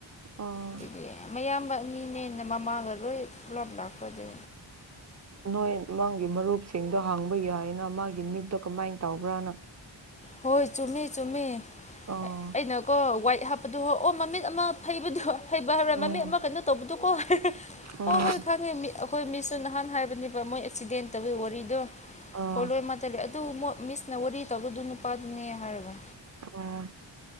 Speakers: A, on the right; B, on the left.
A: ꯎꯝ
B: ꯑꯗꯨꯗꯤ ꯃꯌꯥꯝꯕ ꯑꯅꯤꯅꯦ ꯍꯦꯟꯅ ꯃꯃꯥꯒ ꯂꯣꯏ ꯄꯨꯂꯞ ꯂꯥꯛꯄꯗꯗꯤ
A: ꯅꯣꯏ ꯃꯥꯒꯤ ꯃꯔꯨꯞꯁꯤꯡꯗꯣ ꯍꯥꯡꯕ ꯌꯥꯏꯅ ꯃꯥꯒꯤ ꯃꯤꯞꯇꯣ ꯀꯃꯥꯏꯅ ꯇꯧꯕ꯭ꯔꯥꯅ
B: ꯍꯣꯏ ꯆꯨꯝꯃꯤ ꯆꯨꯝꯃꯤ
A: ꯑꯣ
B: ꯑꯩꯅꯀꯣ ꯋꯥꯏꯠ ꯍꯥꯞꯄꯗꯨ ꯍ ꯑꯣ ꯃꯃꯤꯠ ꯑꯃ ꯍꯩꯕꯗꯨ ꯍꯩꯕ ꯍꯥꯏꯕꯔ ꯃꯃꯤꯠ
A: ꯎꯝ
B: ꯑꯃ ꯀꯩꯅꯣ ꯇꯧꯕꯗꯨꯀꯣ
A: ꯎꯝ
B: ꯍꯣꯏ ꯍꯣꯏ ꯈꯪꯉꯦ ꯃꯤ ꯑꯩꯈꯣꯏ ꯃꯤꯁꯨ ꯅꯍꯥꯟ ꯍꯥꯏꯕ ꯃꯣꯏ ꯑꯦꯛꯁꯤꯗꯦꯟ ꯇꯧꯒꯤ ꯋꯥꯔꯤꯗꯣ
A: ꯑꯥ
B: ꯍ ꯂꯣꯏ ꯃꯥꯂ ꯑꯗꯨ ꯃꯤꯁꯅ ꯋꯥꯔꯤ ꯇꯧꯕꯗꯨ ꯄꯗꯅꯤ ꯍꯥꯏꯔꯒꯥ
A: ꯑꯣ